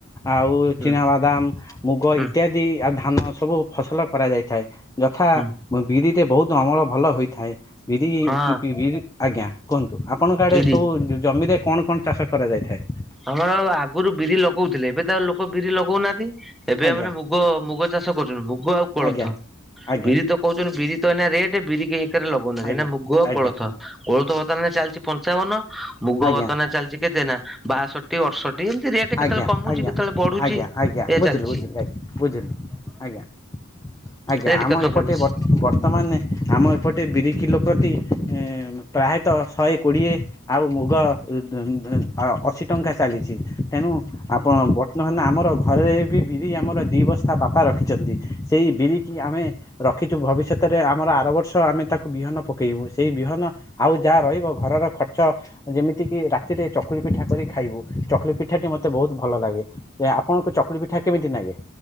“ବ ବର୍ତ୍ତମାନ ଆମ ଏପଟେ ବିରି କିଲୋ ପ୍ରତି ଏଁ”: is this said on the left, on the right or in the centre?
Left